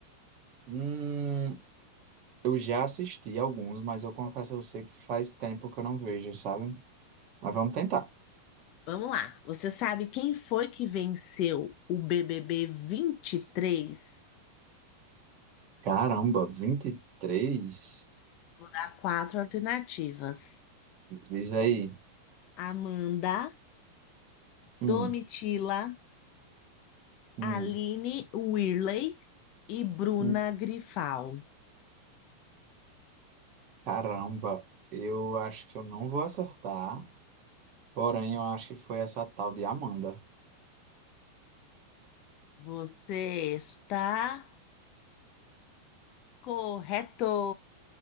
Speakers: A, on the right; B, on the left.
A: Hum, eu já assisti alguns, mas eu confesso a você que faz tempo que eu não vejo, sabe? Mas vamos tentar.
B: Vamos lá. Você sabe quem foi que venceu o BBB 23?
A: Caramba, 23.
B: Vou dar quatro alternativas:
A: Diz aí.
B: Amanda,
A: Hum,
B: Domitila,
A: hum,
B: Aline Whirley e Bruna
A: hum.
B: Grifal.
A: Caramba, eu acho que eu não vou acertar. Porém, eu acho que foi essa tal de Amanda.
B: Você está correto!